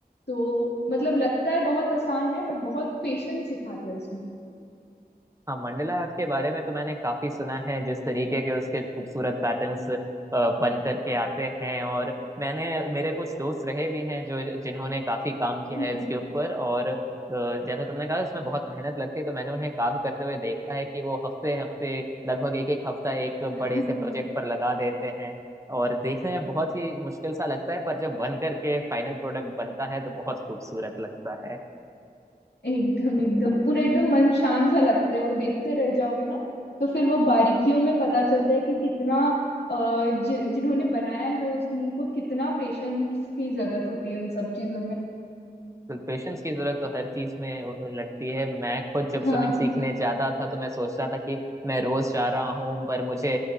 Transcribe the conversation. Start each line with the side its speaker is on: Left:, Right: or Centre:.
Left: तो मतलब लगता है बहुत आसान है बट बहुत पेशेंस सिखाते हैं उसमें
Right: हाँ मंडला आर्ट के बारे में तो मैंने काफी सुना है जिस तरीके के उसके खूबसूरत पैटर्न्स बन करके आते हैं और मैंने मेरे कुछ दोस्त रहे भी हैं जो जिन्होंने काफी काम किया
Left: हम्म
Right: है इसके ऊपर और अ, जैसा तुमने कहा उसमें बहुत मेहनत लगती है तो मैंने उन्हें काम करते हुए देखा है कि वो हफ्ते हफ्ते लगभग एक एक हफ्ता एक बड़े
Left: हम्म
Right: से प्रोजेक्ट
Left: <laughs>
Right: पर लगा देते हैं और देखने में बहुत ही मुश्किल सा लगता है पर जब बन करके फाइनल प्रोडक्ट बनता है तो बहुत खूबसूरत लगता है
Left: एकदम एकदम पूरा एकदम मन शांत सा लगता है वो देखते रह जाओगे ना तो फिर वो बारीकियों में पता चलता है कि कितना अ, जि, जिन्होंने बनाया है उसको कितना पेशेंस की जरूरत होती है उन सब चीजों में
Right: पेशेंस की जरूरत तो हर चीज में हो- लगती है मैं खुद जब
Left: हाँ
Right: स्विमिंग सीखने
Left: हाँ
Right: जाता था तो मैं सोचता था कि मैं रोज जा रहा हूँ पर मुझे